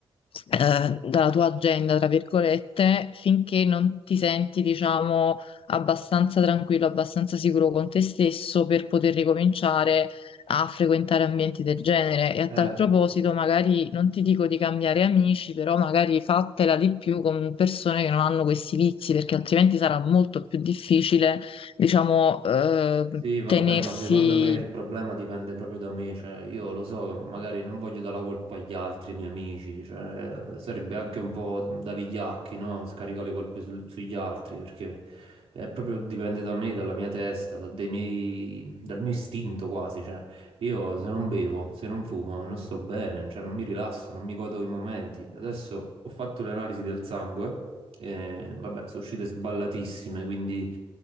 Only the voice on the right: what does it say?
fare?
Sì, vabbè,
ma secondo me il problema dipende proprio da me, cioè io lo so, che magari non voglio dare la colpa agli altri miei amici, cioè sarebbe anche un po' da vigliacchi, no? Scaricare le colpe sul- sugli altri, perché è proprio dipende da me, dalla mia testa, da- dai miei- dal mio istinto quasi, cioè io se non bevo, se non fumo, non sto bene, cioè non mi rilasso, non mi godo i momenti. Adesso ho fatto le analisi del sangue. E, vabbè, sono uscite sballatissime, quindi